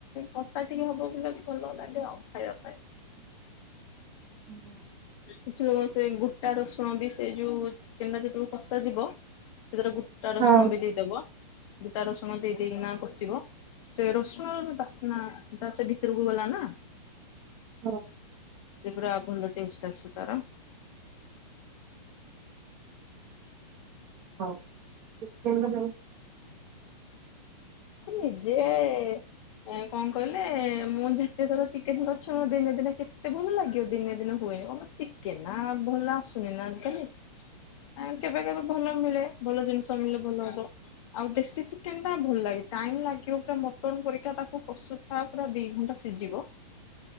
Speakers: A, on the left; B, on the right.
A: କଷା ଟିକେ ହବ ବୋଲେ ଭଲ ଲାଗେ ଆଉ ଖାଇବା ପାଇଁ
B: ହୁଁ
A: କିଛି <unintelligible> ସେ ଗୁଟା ରସୁଣ ବି ସେ ଯୋଉ ଚେକେନ ଟା ଯେତେବେଳେ କଷାଯିବ ସେଥିରେ ଗୁଟା
B: ହଁ
A: ରସୁଣ ବି ଦେଇଦବ ଗୁଟା ରସୁଣ ଦେଇ ଦେଇକିନା କଷିବ ସେ ରସୁଣର ବାସ୍ନା ତା ସେ ଭିତରକୁ ଗଲା ନା
B: ହଁ
A: ସେ ପୁରା ଭଲ ଟେଷ୍ଟ ଆସେ ତାର
B: ହଉ ଚିକେନ
A: ସେ ନିଜେ ଏ କଣ କହିଲେ ମୁଁ ଯେତେଥର ଚିକେନ କରିଛି ମ ଦିନେ ଦିନେ କେତେ ଭଲ ଲାଗେ ଦିନେ ଦିନେ ହୁଏନି କଣ ପାଇଁ ଚିକେକେ ନା ଭଲ ଆସୁନି ନା ଆଜି କାଲି ଆ କେବେ କେବେ ଭଲ ମିଳେ ଭଲ ଜିନିଷ ମିିଳିଲେ ଭଲ ହବ ଆଉ ଦେଶୀ ଚିକେନ ଟା ଭଲ ଲାଗେ ଟାଇମ ଲାଗିବ ପୁରା ମଟନ ପରିକା ତାକୁ କଷୁଥା ପୁରା ଦି ଘଣ୍ଟା ସିଝିବ